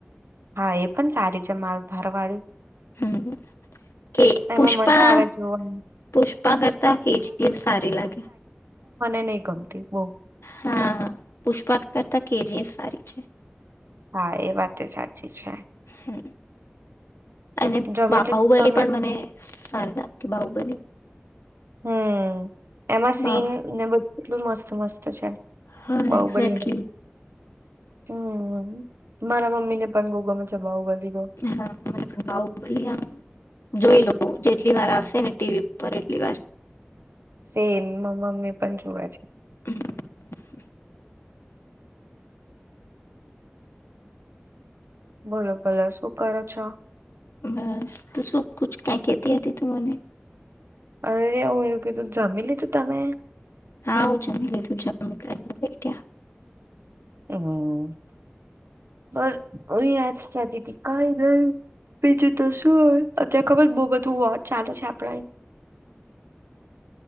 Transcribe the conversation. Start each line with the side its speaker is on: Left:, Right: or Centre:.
Right: હા એ પણ સારી છે માર ધરવાળી.
Left: હમ, કે
Right: એમાં
Left: પુષ્પા
Right: મજા આવે જોવાની
Left: પુષ્પા કરતા કે જી એફ સારી લાગે.
Right: ન કમતી બહ.
Left: હા! પુષ્પા કરતા કેજીએફ સારી છે.
Right: હા એ વાત સાચી છે.
Left: તો, <inaudible> અને
Right: જમી
Left: બાહુબલી
Right: લીધું તમે
Left: પણ મને સારી લાગે, બાહુબલી
Right: હમ્મ એમાં સીન
Left: બા
Right: ને બધું કેટલું મસ્ત. મસ્ત છે.
Left: હા
Right: બાહુબલી
Left: એક્ઝેક્ટલી.
Right: હમ! મારા મમ્મી ને પણ બહુ ગમે. છે બાહુબલી તો
Left: હા મને પણ બાહુબલી એમ જોઈ લોવ, જેટલી વાર આવશે ને ટીવી ઉપર એટલી વાર.
Right: સેમ મારી મમ્મી પણ જોવે છે.
Left: હમ. <inaudible>
Right: બોલો ભલે શું કરો છો.?
Left: બસ તુ શું કુછ, કંઈ કેતી હતી તું મને--?
Right: અરે એવું મે કીધું જમી લીધું તમે?,
Left: હા હું જમી લીધું જમી કારવી ને બેઠ્યા
Right: હમ, બસ આજ કેતી તી કઈ નઈ બીજુ તો સુ હોય અત્યારે ખબર બહુ બધું વોંર ચાલે છે. આપણા અયા